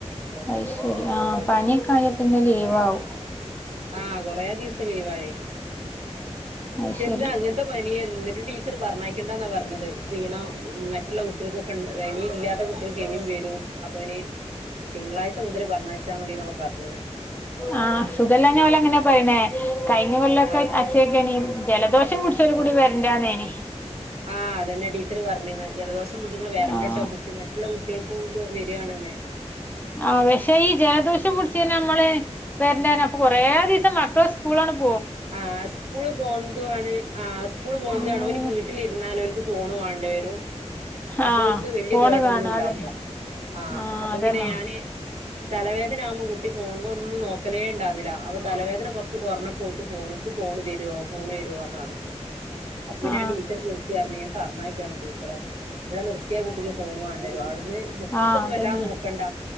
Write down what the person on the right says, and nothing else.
അപ്പൊ
ആഹ് കൊറേ ദിവസം ലീവായി
എന്താ
അങ്ങനത്തെ പനിയെ നിന്നിട്ട് ടീച്ചർ പറഞ്ഞക്കേണ്ടന്നാ പറഞ്ഞത് ക്ഷീണോ മറ്റുള്ള കുട്ടികൾക്കൊക്കെ ഉണ്ട് ഇനിയും ഇല്ലാത്ത കുട്ടികൾക്ക് ഇനിയും വരും അപ്പൊ ഇനി തിങ്കളാഴ്ച മുതൽ പറഞ്ഞ ഴച്ചാ മതിന്നൊക്കെ പറഞ്ഞന്ന്
ആ
ആഹ് അതന്നെ ടീച്ചറ് പറഞ്ഞ് ജലദോഷം പിടിച്ചകൾ വരണ്ട
കേട്ടോ കുട്ടി മറ്റുള്ള കുട്ടികൾക്കും വരിയാാണ് ന്നേ
ആ സ്കൂള് പോതണ് ആ സ്കൂള് പോകുന്നതാണ്
ഒല് വിട്ടിലിരുന്നാലും ഫോണ് വേണ്ട വരും അപ്പൊ
ഒൽക്ക്‌ വല്യകേടൊന്നും
ഒന്നും ഉണ്ടാവില്ല
ആഹ്
അപ്പൊ
പിന്നെ ഞാന് തലവേദന ആകുമ്പോൾ കുട്ടി പോകുമ്പോ ഒന്നും നോക്കലേണ്ടാവുന്നില്ല അപ്പൊ തലവേദന കൊറച്ച് കൊറഞ്ഞ് ക്ക് പോണ് ഫോണ് തരുവോ ഫോണ് തരോന്നാണ് അപ്പൊ പിന്നെ
ഞാൻ ടീച്ചർ വിളിച്ച് പറഞ്ഞു ഞാൻ പറഞ്ഞയക്കാണ് ടീച്ചറെ ഇവിടെ നിർത്തിയാ കുട്ടിക്ക് ഫോണ് വേണ്ടി വരും അവ ന്ന് ബുക്ക്
ക്കൊന്നും
വല്ലാണ്ട് നോക്കണ്ട